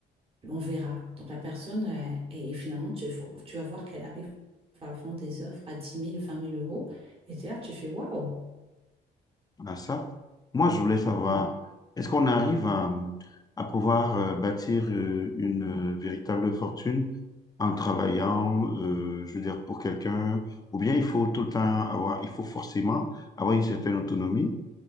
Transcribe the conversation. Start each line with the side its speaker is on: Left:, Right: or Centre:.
Right: on verra. Donc la personne, euh, et, et finalement, tu, faut- tu vas voir qu'elle arrive à vendre des œuvres à dix mille vingt mille euros. Et t'es là, tu fais waouh.
Left: à ça? Moi je voulais savoir,
Right: Hmm.
Left: est-ce qu'on arrive à, à pouvoir euh, bâtir euh, une euh, véritable fortune en travaillant, euh, je veux dire, pour quelqu'un, ou bien il faut tout le temps avoir, il faut forcément avoir une certaine autonomie